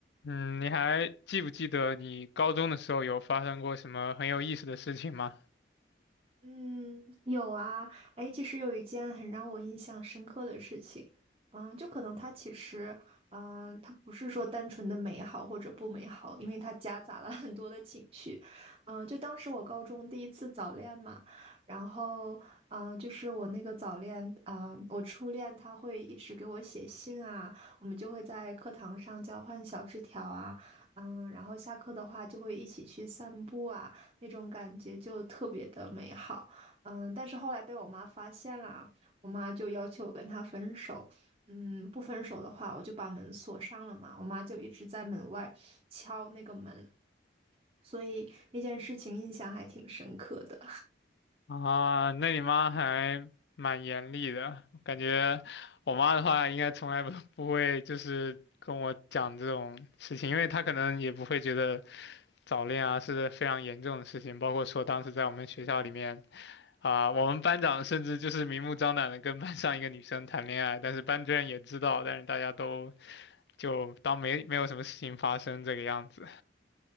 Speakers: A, on the left (about 65°); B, on the right (about 30°).
A: 嗯，你还记不记得你高中的时候有发生过什么很有意思的事情吗？
B: 嗯，有啊，哎，其实有一件很让我印象深刻的事情，嗯，就可能它其实，嗯，它不是说单纯的美好或者不美好，因为它夹杂了很多的情绪，嗯，就当时我高中第一次早恋嘛，然后，嗯，就是我那个早恋，嗯，我初恋他会一直给我写信啊，我们就会在课堂上交换小纸条啊，嗯，然后下课的话就会一起去散步啊。那种感觉就特别的美好。嗯，但是后来被我妈发现了，我妈就要求我跟她分手。嗯，不分手的话，我就把门锁上了嘛。我妈就一直在门外敲那个门，所以那件事情印象还挺深刻的。
A: 啊，那你妈还蛮严厉的，感觉我妈的话应该从来不 <laughs> 不会就是跟我讲这种事情，因为她可能也不会觉得早恋啊是非常严重的事情，包括说当时在我们学校里面，啊、我们班长甚至就是明目张胆的跟班上一个女生谈恋爱，但是班主任也知道，但是大家都就当没没有什么事情发生这个样子。